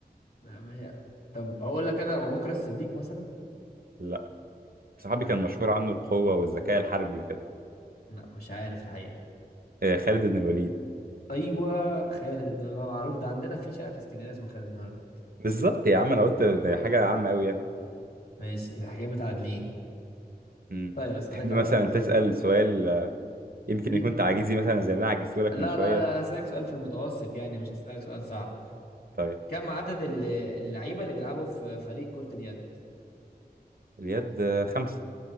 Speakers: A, on the left; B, on the right.
A: يعني- طب هقول لك انا ابو بكر الصديق مثلا
B: لا صحابي
A: يعني
B: كان مشهور عنه القوة والذكاء الحربي وكده
A: لا مش عارف الحقيقه
B: آه، خالد بن الوليد
A: ايوه خالد بن الوليد معروف ده عندنا في شارع في اسكندريه اسمه خالد بن الوليد
B: بالظبط يا عم أنا قلت حاجة عامة أوي يعني
A: ماشي الحكايه متعادلين
B: مم.
A: طيب اسالك
B: تحب
A: انا
B: مثلا
A: بقى
B: تسأل سؤال آه، يمكن
A: في
B: يكون تعجيزي مثلا زي اللي أنا عجزته
A: لا
B: لك من شوية
A: لا لا انا هسالك سؤال في المتوسط يعني مش هسالك سؤال صعب
B: طيب
A: كم عدد ال- اللعيبه اللي بيلعبوا في فريق كره اليد
B: اليد آه، خمسة